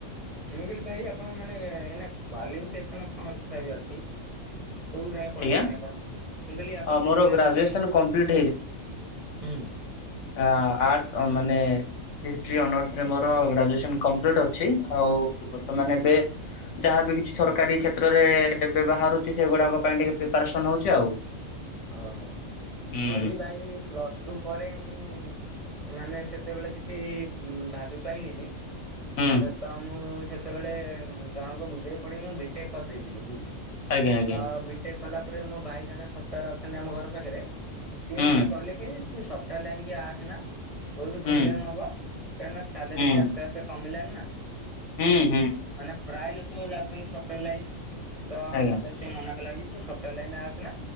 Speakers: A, on the right; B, on the left.
A: ମୁଁ କହିଲି ଭାଇ ଆପଣଙ୍କ ମାନେ ଏନା କ୍ୱାଲିଫିକେସନ କଣ ତଥାପି ଅଛି? କୋଉ ଯାଏ ପଢିଛନ୍ତି
B: ଆଜ୍ଞା
A: ଆପଣ ମୁଁ କହିଲି ଆପଣ
B: ଆଉ ମୋର
A: କୋଉ ଯାଏ
B: ଗ୍ରାଜୁଏସନ
A: ପଢିଛନ୍ତି?
B: କମ୍ପ୍ଲିଟ
A: ହୁଁ
B: ଆ ଆର୍ଟସ୍ ମାନେ ହିଷ୍ଟ୍ରି ଅନର୍ସରେ ମୋର ଗ୍ରାଜୁଏସନ କମ୍ପ୍ଲିଟ୍ ଅଛି ଆଉ ବର୍ତ୍ତମାନ ଏବେ ଯାହାବି କିଛି ସରକାରୀ କ୍ଷେତ୍ରରେ ଏବେ ବାହାରୁଛି ସେଗୁଡାକ ପାଇଁ ଟିକେ ପ୍ରିପାରେସନ ହଉଛି ଆଉ
A: ଓହୋ
B: ହୁଁ
A: ମୋର ବି ଭାଇ ପ୍ଲସ୍ ଟୁ ପରେ ମୁଁ ମାନେ ସେତେବେଳେ କିଛି ଭାବି ପାଇଲିିନି
B: ହୁଁ
A: ତ ମୁଁ ସେତେବେଳେ ଜଣଙ୍କ ବୁଦ୍ଧିରେ ପଡିି ମୁଁ ବିଟେକ୍ କରିଦେଇଥିଲି ଭୁଲରେ। ଅ
B: ଆଜ୍ଞା ଆଜ୍ଞା
A: ବିଟେକ୍ କଲା ପରେ ମୋ ଭାଇ ଜଣେ ସଫ୍ଟୱାୟାର ଅଛନ୍ତି ଆମ ଘର ପାଖରେ। ସିଏ
B: ହୁଁ
A: ମତେ କହିଲେ କି ତୁ ସଫ୍ଟୱାୟାର ଲାଇନ କି ଆସେ ନା। ବହୁତ ପ୍ରୋବ୍ଲେମ୍
B: ହୁଁ
A: ହେବ କାହିଁକିନା ସାଲେରୀ
B: ହୁଁ
A: ବି ଆସ୍ତେ ଆସ୍ତେ କମିଲାଣି ନା।
B: ହୁଁ ହୁଁ
A: ମାନେ ପ୍ରାୟ ଲୋକ ଯାଉଛନ୍ତି ସଫ୍ଟୱୟାର ଲାଇନ୍, ତ
B: ଆଜ୍ଞା
A: ମତେ ସିଏ ମନା କଲା କି ତୁ ସଫ୍ଟୱେୟାର ଲାଇନ ଆସେନା